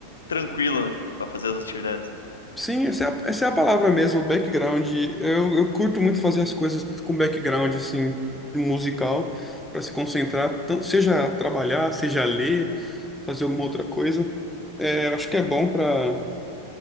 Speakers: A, on the left; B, in the centre.
A: tranquilo, né? Pra fazer as atividades.
B: Sim, essa é a, essa é a palavra mesmo, background. Eu, eu curto muito fazer as coisas com background, assim, musical, para se concentrar, tanto, seja trabalhar, seja ler, fazer alguma outra coisa. É, eu acho que é bom para,